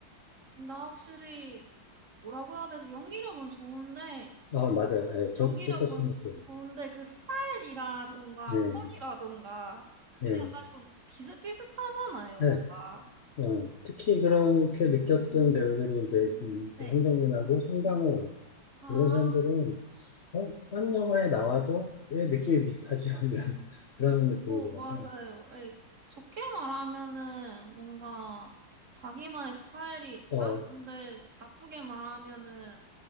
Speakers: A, on the right; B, on the left.
A: 나 확실히 뭐라고 해야 되지? 연기력은 좋은데,
B: 아, 맞아요. 예, 저도
A: 연기력은
B: 똑같은 느낌.
A: 좋은데 그 스타일이라던가
B: 예,
A: 톤이라던가
B: 예,
A: 약간 좀 비슷비슷하잖아요,
B: 예.
A: 뭔가.
B: 어, 특히 그렇게 느꼈던 배우들이 이제 이
A: 네.
B: 황정민하고 송강호
A: 아,
B: 이런 사람들은 어, 딴 영화에 나와도 왜 느낌이 비슷하지? <laughs> 이런 그런 느낌이
A: 어,
B: 들어서.
A: 맞아요. 에이, 좋게 말하면은 뭔가 자기만의 스타일이 있다?
B: 어,
A: 근데 나쁘게 말하면은